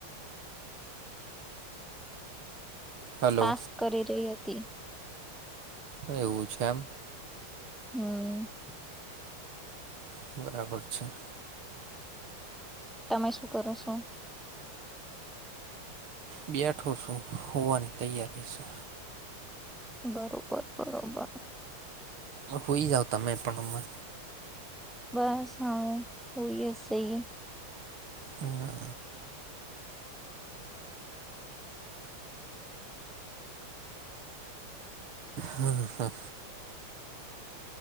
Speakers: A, on the right; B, in the centre.
A: હલો
B: ટાસ્ક કરી રહી હતી.
A: આ એવું છે એમ.
B: હા.
A: બરાબર છે.
B: તમે શું કરો છો.
A: બે ઠો શું હુંવાની તૈયારી છે.
B: બરોબર બરોબર.
A: આ સુઈ જાવો તમે પણ <unintelligible>
B: બસ હા હું હુંઈએ <unintelligible>
A: હા. હા હા.